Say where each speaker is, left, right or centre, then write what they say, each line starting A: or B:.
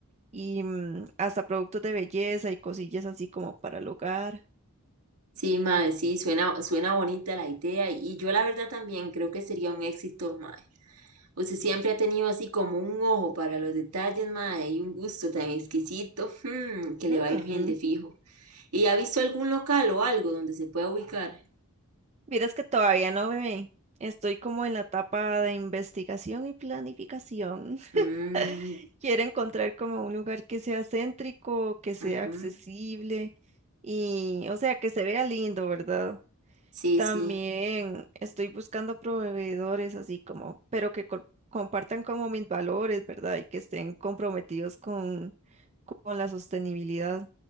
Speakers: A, on the right; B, on the right.
A: y mm, hasta productos de belleza y cosillas así como para el hogar.
B: sí, mae, sí, suena, suena bonita la idea. Y yo la verdad también creo que sería un éxito, mae. Usted siempre ha tenido así como un ojo para los detalles, mae, y un gusto tan exquisito, mm, que
A: Mm.
B: le va a ir bien de fijo. ¿Y ha visto algún local o algo donde se pueda ubicar?
A: Vieras que todavía no me estoy como en la etapa de investigación y planificación.
B: Mm,
A: <laughs> Quiero encontrar como un lugar que sea céntrico, que sea
B: ujú,
A: accesible y, o sea, que se vea lindo, ¿verdad?
B: Sí,
A: También
B: sí.
A: estoy buscando proveedores así como, pero que co- compartan como mis valores, ¿verdad? Y que estén comprometidos con, con la sostenibilidad.